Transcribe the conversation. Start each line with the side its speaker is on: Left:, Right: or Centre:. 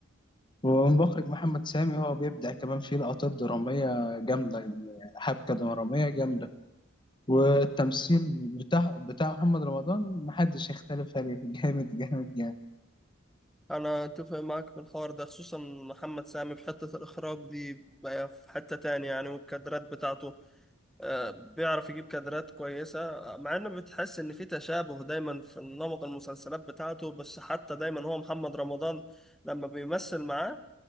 Left: والمخرج محمد سامي هو بيبدع كمان في لقطات درامية جامدة يعني حبكة درامية جامدة والتمثيل بتاع بتاع محمد رمضان محدش يختلف عليه <laughs> جامد جامد جامد
Centre: أنا أتفق معاك في الحوار ده خصوصا محمد سامي في حتة الإخراج دي بقى في حتة تانية يعني والكادرات بتاعته آه، بيعرف يجيب كادرات كويسة مع إن بتحس إن في تشابه دايما في نمط المسلسلات بتاعته بس حتى دايما هو محمد رمضان لما بيمثل معاه